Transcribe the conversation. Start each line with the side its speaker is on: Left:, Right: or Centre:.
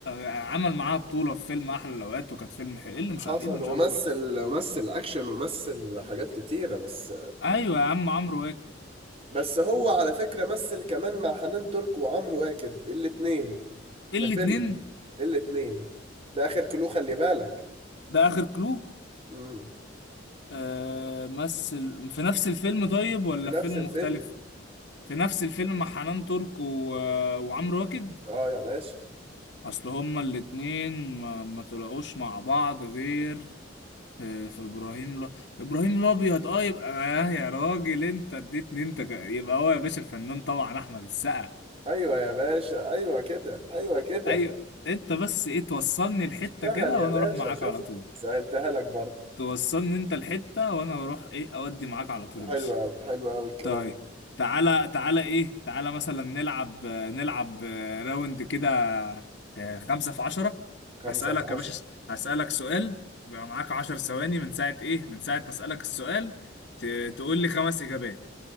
Left: عمل معاها بطولة في فيلم احلى الاوقات وكانت فيلم حلو ايه اللي مش
Right: حصل
Left: ع- ايه اللي مش
Right: ومثل
Left: عمرو واكد
Right: ومثل أكشن ومثل حاجات كتيرة بس
Left: ايوه يا عم عمرو واكد
Right: بس هو على فكرة مثل كمان مع حنان ترك وعمرو واكد الاتنين
Left: الاتنين
Right: في فيلم الاتنين ده آخر كلو خلي بالك
Left: ده اخر كلو
Right: مم.
Left: آه مثل في نفس الفيلم طيب ولا
Right: في نفس
Left: في فيلم
Right: الفيلم
Left: مختلف في نفس الفيلم مع حنان ترك و... آه، وعمرو واكد
Right: اه يا باشا
Left: اصل هما الاتنين ما... ما طلعوش مع بعض غير في في ابراهيم لا ابراهيم الابيض اه يبقى آه يا راجل انت اديتني انت ك... يبقى هو يا باشا الفنان طبعا احمد السقا
Right: ايوه يا باشا ايوه كده ايوه كده
Left: ايوه انت بس ايه توصلني الحته
Right: اشتغل
Left: كده
Right: يا
Left: وانا
Right: باشا
Left: اروح معاك
Right: شفت
Left: على طول
Right: سألتها لك برضه
Left: توصلني انت الحته وانا اروح ايه اودي معاك على طول يا
Right: حلو
Left: باشا
Right: قوي حلو قوي الكلام
Left: طيب
Right: ده.
Left: تعالى تعالى ايه تعالى مثلا نلعب نلعب راوند كده آه، خمسة في عشرة
Right: خمسة
Left: هسألك
Right: في عشرة
Left: يا باشا هسألك سؤال يبقى معاك عشر ثواني من ساعة ايه من ساعة ما أسألك السؤال ت... تقول لي خمس إجابات